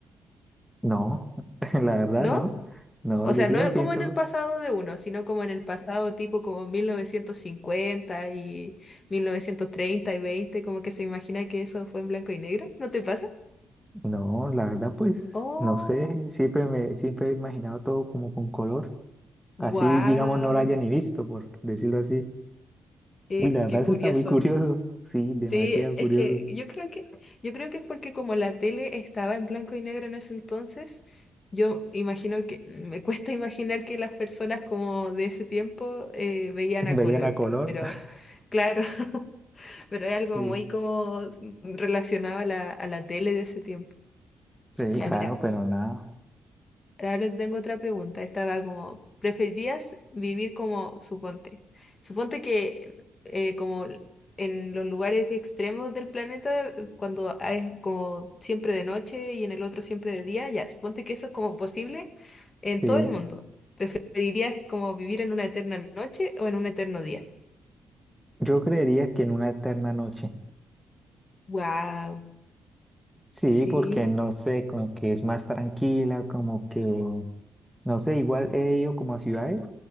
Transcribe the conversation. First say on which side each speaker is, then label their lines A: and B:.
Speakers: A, in the centre; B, on the left.
A: No, <laughs> la verdad,
B: ¿no?
A: no. No,
B: O
A: yo
B: sea,
A: sí
B: no
A: lo
B: es
A: pienso.
B: como en el pasado de uno, sino como en el pasado tipo como 1950 y 1930 y 20 como que se imagina que eso fue en blanco y negro, ¿no te pasa?
A: No, la verdad, pues,
B: Oh,
A: no sé, siempre me, siempre he imaginado todo como con color. Así,
B: wow,
A: digamos, no lo haya ni visto, por decirlo así.
B: qué,
A: Y la verdad,
B: qué
A: eso
B: curioso.
A: está muy curioso. Sí, demasiado
B: Sí, es
A: curioso.
B: que yo creo que yo creo que es porque como la tele estaba en blanco y negro en ese entonces, yo imagino que me cuesta <laughs> imaginar que las personas como de ese tiempo eh, veían
A: <laughs> Veían
B: a color,
A: a color.
B: pero
A: <laughs>
B: claro, <laughs> pero es algo
A: Sí,
B: muy como relacionado a la, a la tele de ese tiempo.
A: sí,
B: Ya,
A: claro,
B: mira.
A: pero nada.
B: Ahora tengo otra pregunta. Estaba como, ¿preferirías vivir como, suponte, suponte que eh, como en los lugares extremos del planeta, cuando es como siempre de noche y en el otro siempre de día, ya, suponte que eso es como posible en
A: Sí,
B: todo el mundo. ¿Preferirías como vivir en una eterna noche o en un eterno día?
A: yo creería que en una eterna noche.
B: Wow,
A: Sí,
B: sí,
A: porque no sé, como que es más tranquila, como que, no sé, igual he ido como a ciudades.